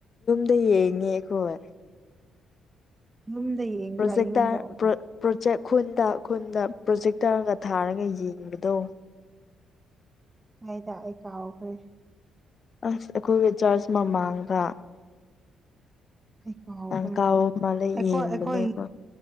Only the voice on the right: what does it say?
ꯌꯨꯝꯗ ꯌꯦꯡꯕ꯭ꯔꯥ
ꯌꯨꯝꯗ ꯑꯣꯏꯅ
ꯀꯥꯏꯗ ꯑꯩ ꯀꯥꯎꯈ꯭ꯔꯦ
ꯑꯩ ꯀꯥꯎꯈ꯭ꯔꯦ
ꯑꯩꯈꯣꯏ
ꯑꯩꯈꯣꯏ